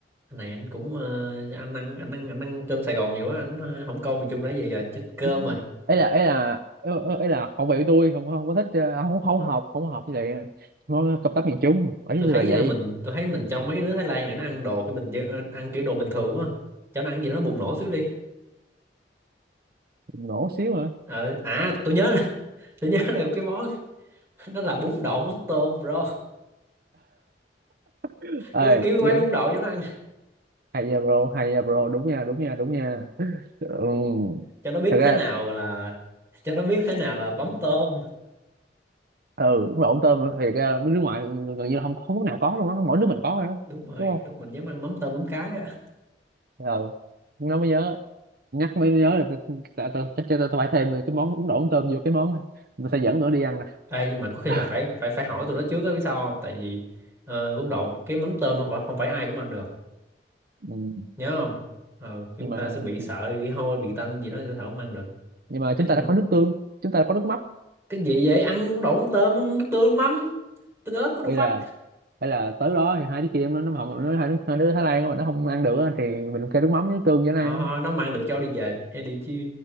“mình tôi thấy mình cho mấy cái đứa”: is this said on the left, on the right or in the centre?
Right